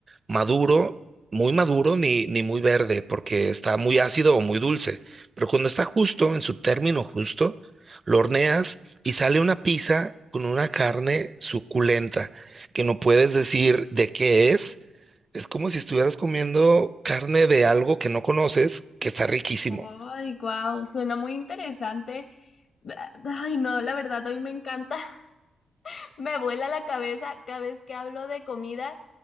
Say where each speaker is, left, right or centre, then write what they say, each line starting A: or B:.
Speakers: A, on the right; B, on the left.
A: maduro, muy maduro ni, ni muy verde, porque está muy ácido o muy dulce. Pero cuando está justo, en su término justo, lo horneas y sale una pizza con una carne suculenta, que no puedes decir de qué es es como si estuvieras comiendo carne de algo que no conoces, que está riquísimo,
B: Ay, wow, suena muy interesante. Ay, no, la verdad, a mí me encanta. <laughs> Me vuela la cabeza cada vez que hablo de comida